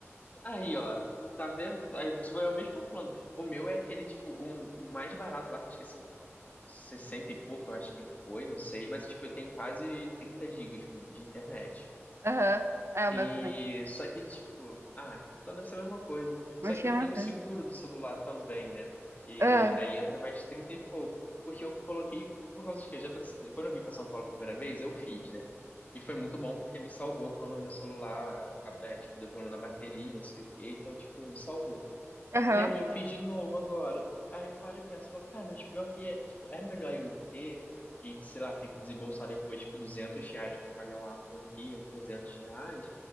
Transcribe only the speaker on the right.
Aham. É, o
meu também.
Acho
que é
uma
coisa.
Ah,
aham.